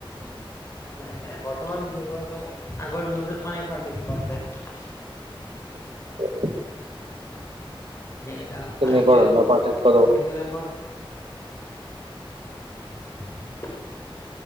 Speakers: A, on the left; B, on the right.
A: নাই -নাই বৰ্তমান বিহুত আৰু আগৰ বিহুটোত অনেক পাৰ্থক্য আছে
B: <inaudible>
A: এটা
B: কেনেকুৱা
A: আগতে
B: ধৰণৰ পাৰ্থক্য
A: বিহু বিলাকত। <inaudible>